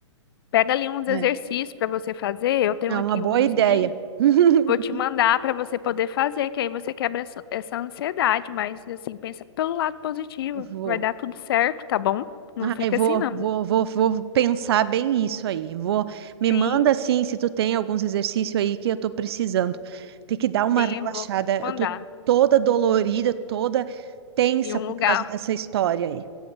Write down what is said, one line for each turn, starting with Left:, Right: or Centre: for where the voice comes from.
Left: pega ali uns exercícios
Right: É,
Left: para você fazer. Eu tenho
Right: é
Left: aqui
Right: uma boa
Left: uns
Right: ideia.
Left: links
Right: <laughs>
Left: Vou te mandar para você poder fazer, que aí você quebra essa, essa ansiedade, mas assim, pensa pelo lado positivo.
Right: Vou.
Left: Vai dar tudo certo, tá bom? Não fica
Right: Ai, vou,
Left: assim, não.
Right: vou, vou, vou pensar bem isso aí. Vou, me
Left: Sim,
Right: manda assim se tu tem alguns exercícios aí que eu tô precisando. Tem que dar uma
Left: sim,
Right: relaxada.
Left: eu vou mandar.
Right: Eu tô toda dolorida, toda tensa
Left: E um
Right: por
Left: lugar,
Right: causa dessa história aí.